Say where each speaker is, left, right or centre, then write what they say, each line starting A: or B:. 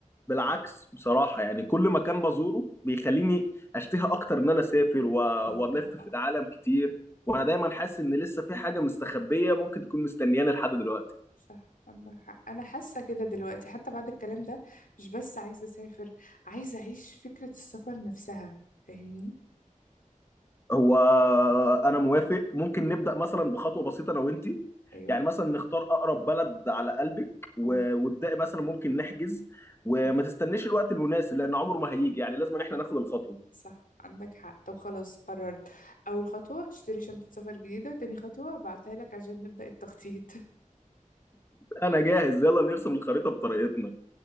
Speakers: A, on the left (about 20°); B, on the left (about 85°).
A: بالعكس بصراحه يعني كل
B: اه
A: مكان بزوره بيخليني اشتهي اكتر ان انا اسافر و-
B: اه
A: والف في
B: اه
A: العالم كتير وانا دايما حاسس ان لسه في حاجه مستخبيه ممكن تكون مستنياني لحد دلوقتي
B: صح عندك حق انا حاسة كده دلوقتي حتى بعد الكلام ده مش بس عايزة اسافر عايزة اعيش فكرة السفر نفسها فاهمني؟
A: هو انا موافق ممكن
B: مم.
A: نبدا مثلا بخطوه بسيطه انا وانت
B: ايوه
A: يعني مثلا نختار اقرب بلد على قلبك و-
B: اه
A: وابداي مثلا ممكن نحجز وما
B: ماشي.
A: تستنيش الوقت المناسب لان عمره ما هيجي يعني لازم إن احنا ناخد الخطوه
B: صح عندك حق طب خلاص قررت اول خطوة اشتري شنطة سفر جديدة تاني خطوة بعتها لك عشان نبدأ التخطيط
A: انا جاهز يلا نرسم الخريطه بطريقتنا